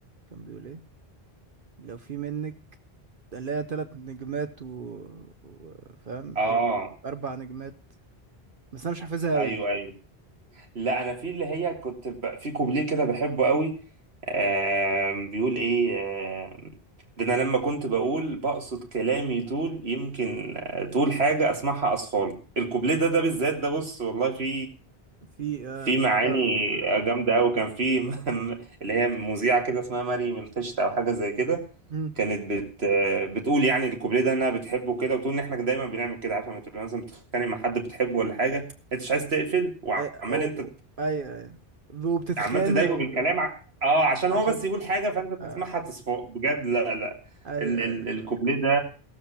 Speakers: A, on the right; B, on the right.
A: كان بيقول ايه لو في منك اللي هي تلات نجمات و... و... فاهم
B: اه
A: حاجة- اربع نجمات بس انا مش حافظها
B: ايوه
A: قوي
B: ايوه لا انا في اللي هي كنت ب... في كوبليه كده بحبه قوي آم، بيقول ايه آم، ده انا لما كنت بقول بقصد كلامي طول يمكن آه، طول حاجه اسمعها اطفال الكوبليه ده ده بالذات ده بص والله في
A: في اه
B: في معاني
A: فاهمك
B: جامده قوي كان في <laughs> م- اللي هي مذيعه كده اسمها مريم القشط او حاجه زي كده
A: مم.
B: كانت بت آه، بتقول يعني الكوبليه ده انها بتحبه كده وتقول ان احنا دايما بنعمل كده عارفه لما تبقى مثلا بتتخانق مع حد بتحبه ولا حاجه انت مش عايز تقفل وعمال
A: أي... أو...
B: انت
A: أو- ايوه ايوه وبتتخانق
B: عمال تضايقه بالكلام
A: وبت-
B: ع... اه عشان
A: عشان
B: هو بس يقول حاجه فانت تسمعها
A: آه.
B: تصفق بجد لا لا
A: ايوه
B: ال ال
A: ايوه
B: الكوبليه ده